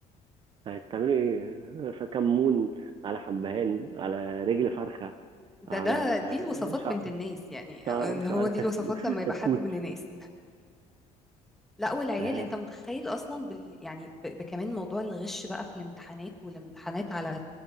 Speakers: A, on the right; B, in the centre.
A: هتعملوا ايه؟ فكمون على حبهان على رجل فرخة
B: ده
A: على
B: ده دي الوصفات
A: شعر
B: بنت الناس يعني
A: شعر
B: اللي
A: شعر
B: هو دي
A: كت-
B: الوصفات لما يبقى
A: كتكوت
B: حد من الناس لا والعيال
A: آه.
B: انت متخيل اصلا بال يعني ب... بكمان موضوع الغش بقى في الامتحانات والامتحانات على